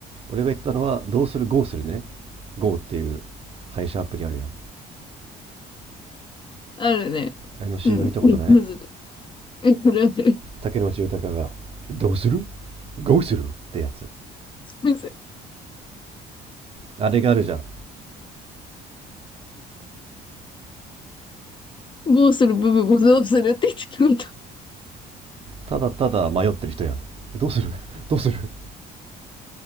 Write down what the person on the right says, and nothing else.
俺が言ってたのはどうする GO するね GO っていう配車アプリあるやん
あれの CM
見たことない
竹野内豊がどうする ?GO するってやつ
あれがあるじゃん
ただただ迷ってる人やんどうする <laughs> どうする